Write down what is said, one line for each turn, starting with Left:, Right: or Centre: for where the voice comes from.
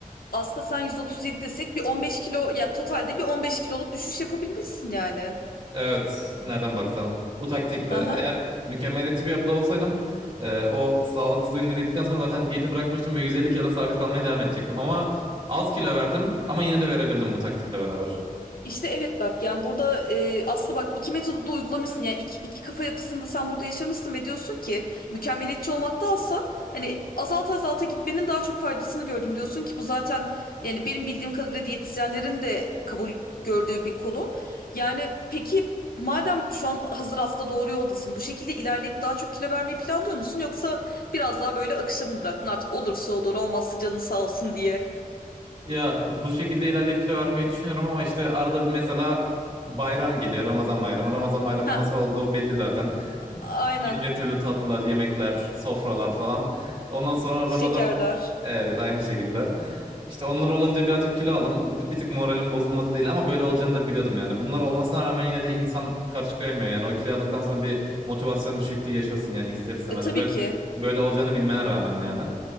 Left: Aslında sen 137 desek bir 15 kilo ya totalde bir 15 kiloluk düşüş yapabilmişsin yani.
Right: Evet, nereden baksan. Bu taktikle.
Left: Ha
Right: Eğer mükemmeliyetçi bir yapıda olsaydım e, o sağlıksız ürünleri yedikten sonra zaten diyeti bırakmıştım ve 150 kiloda sabit kalmaya devam edecektim. Ama az kilo verdim ama yine de verebildim bu taktikle beraber.
Left: İşte evet bak yani burada e, aslında bak iki metodu da uygulamışsın ya iki, iki kafa yapısında sen burada yaşamışsın ve diyorsun ki mükemmeliyetçi olmaktansa hani azalta azalta gitmenin daha çok faydasını gördüm diyorsun ki bu zaten yani benim bildiğim kadarıyla diyetisyenlerin de kabul gördüğü bir konu. Yani peki madem şu an hazır aslında doğru yoldasın bu şekilde ilerleyip daha çok kilo vermeyi planlıyor musun yoksa biraz daha böyle akışa mı bıraktın artık olursa olur olmazsa canın sağ olsun diye.
Right: Ya bu şekilde ilerleyip kilo vermeyi düşünüyorum ama işte arada bir mesela bayram geliyor. Ramazan bayramı. Ramazan bayramının
Left: Heh
Right: nasıl olduğu belli zaten.
Left: aynen
Right: Bin bir türlü tatlılar, yemekler, sofralar falan. Ondan sonra
Left: şekerler.
Right: Ramazan Evet aynı şekilde. İşte onlar olunca birazcık kilo aldım. Bir, bir tık moralim bozulmadı değil ama böyle olacağını da biliyordum yani. Bunlar olmasına rağmen yine de insan karşı koyamıyor. Yani o kiloyu aldıktan sonra bir motivasyon düşüklüğü yaşıyorsun yani ister istemez.
Left: E tabii
Right: Böyle,
Left: ki.
Right: böyle olacağını bilmene rağmen yani.